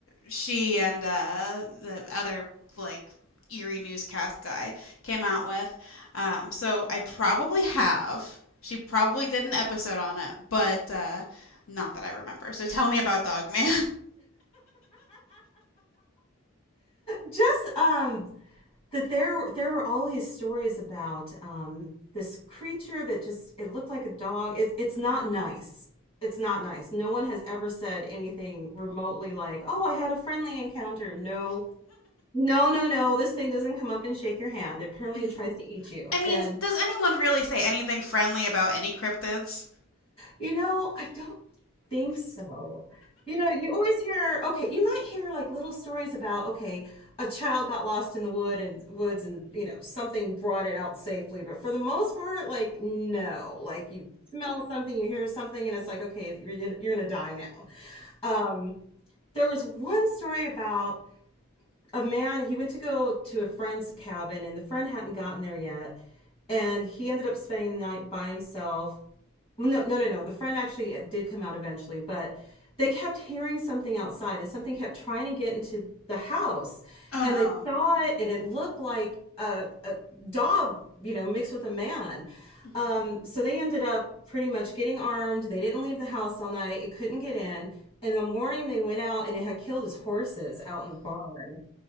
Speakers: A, on the left (about 70°); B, on the left (about 25°).
A: she and uh, the other like eerie newscast guy came out with. Um, so I probably have. She probably did an episode on it, but uh, not that I remember. So tell me about Dogman.
B: Just um that there there were all these stories about um this creature that just it looked like a dog. It, it's
A: <laughs>
B: not nice. It's not nice. No one has ever said anything remotely like, "Oh, I had a friendly encounter." No. No, no, no. This thing doesn't come up and shake your hand. Apparently
A: Mhm.
B: it tries to eat you.
A: <laughs> I mean,
B: And
A: does anyone really say anything friendly about any cryptids?
B: You know, I don't think so. You know, you always hear, okay, you might hear like little stories about, okay, a child got lost in the wood and woods and, you know, something brought it out safely. But for the most part, like, no, like you smell something, you hear something, and it's like, okay, you're gonna, you're gonna die now. Um, there was one story about a man, he went to go to a friend's cabin and the friend hadn't gotten there yet. And he ended up spending the night by himself well, no no no no the friend actually did come out eventually but they kept hearing something outside and something kept trying to get into the house
A: Oh
B: and
A: no.
B: they saw it and it looked like a, a dog you know mixed with a man
A: <laughs>
B: um, so they ended up pretty much getting armed they didn't leave the house all night it couldn't get in in the morning they went out and it had killed his horses out in the barn